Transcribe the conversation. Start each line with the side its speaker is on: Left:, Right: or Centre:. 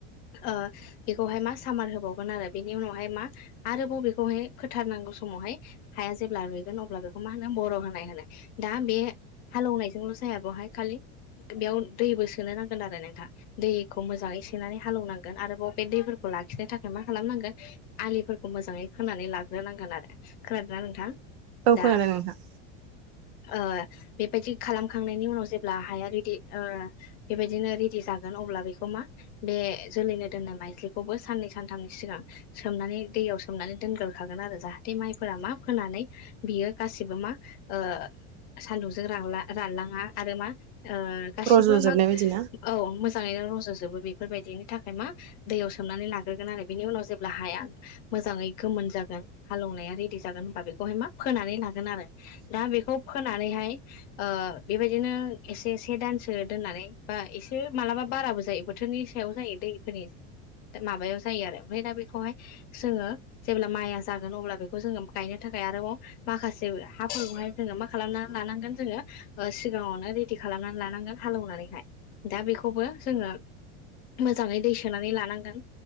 Left: ओ बेखौहाय मा सामार होबावगोन आरो बेनि उनावहाय मा आरोबाव बेखौहाय फोथारनां नांगौ समावहाय हाया जेब्ला रुइगोन अब्ला बेखौ मा होनो बर' होनाय होनो दा बे हालेनायजोंल' जाया बेहाय खालि बेयाव दैबो सोनो नांगोन आरो नोंथाङा दैखौ मोजाङै सोनानै हालवनांगोन आरोबाव बे दैफोरखौ लाखिनो थाखाय मा खालामनांगोन आलिफोरखौ मोजाङै खो नानै लाग्रोनांगोन आरो खोनादों ना नोंथां?
Right: औ
Left: दा
Right: खोनादों नोंथां।
Left: ओ बेबायदि खालामखांनायनि उनाव जेब्ला हाया रेडि बेबायदिनो रेडि जागोन अब्ला बेखौ बे जोलैनो दोननाय माइजलिखौबो साननै सानथामनि सिगां सोमनानै दैयाव सोमनानै दोन फोग्रो खागोन आरो जाहाथे माइफोरा मा फोनानै बियो गासिबो मा ओ सान्दुंजों रला रानलाङा आरो मा ओ गासिबो
Right: रज'जोबनाय
Left: मा
Right: बायदि ना
Left: औ मोजाङैनो रज'जोबो बेफोरबायदिनि थाखाय मा दैयाव सोमनानै लाग्रोगोन आरो बेनि उनाव जेब्ला हाया मोजाङै गोमोन जा हालौनाया रेदि जागोन होनबा बेखौ हाय मा फोनानै लागोन आरो दा बेखौ फोनानैहाय ओ बेबायदिनो एसे से दानसो दोननानै बा एसे मालाबा बाराबो जायो बोथोरनि सायाव जायो दैफोरनि दा माबायाव जायो आरो ओमफ्राय दा बेखौहाय जोङो जेब्ला माइया जागोन अब्ला बेखौ जोङो गायनो थाखा आरोबाव माखासे हाफोरखौहाय जोङो माखा खालामना लानांगोन जोङो सिगाङावनो रेडि खालामनानै लानांगोन हालेवनानैहाय दा बेखौबो जोङो मोजाङै दै सोनानै लानांगोन